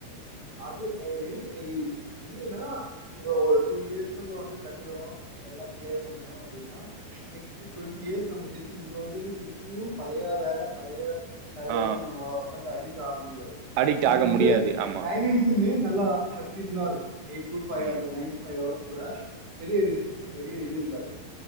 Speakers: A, on the right; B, on the right.
A: அது எ இருக் எய் இதுன்னா இப்ப ஒரு டூ இயர்ஸ் நம்ப வந்து கத்துக்கறோ எல்லா கிளியர் பண்ணிர்றோ அப்படின்னா நெக்ஸ்ட் டொண்ட்டி இயர்ஸ் நம்ப திருப்பி இங்க வந்துட்டு திருப்பியூ பழையா வேல பழையா சேலரிக்கு
B: ஆ
A: ஒக்கந்து அடிக்ட்டு ஆக முடியாது
B: அடிக்ட்
A: அங்க
B: ஆக
A: வந்து
B: முடியாது. ஆமா.
A: <unintelligible> நல்லா பிளக்ஸிபுலா இருக்கு எயிட் டூ ஃபை
B: ம்
A: அந்த நைன் டூ பைவ் அவர்ஸ் கூட பெரிய ரிஸ்ட்ரிக்ட்டு பெரிய இது இருக்காது